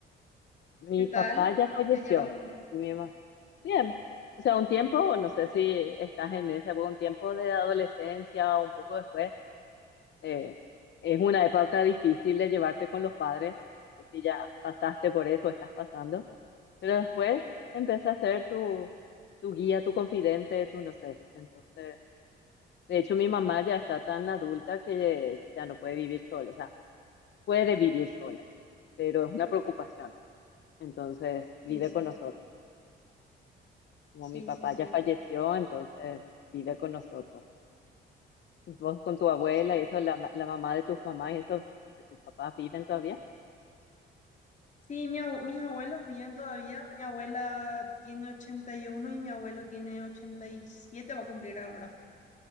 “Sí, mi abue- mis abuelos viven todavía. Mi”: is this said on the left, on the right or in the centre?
Left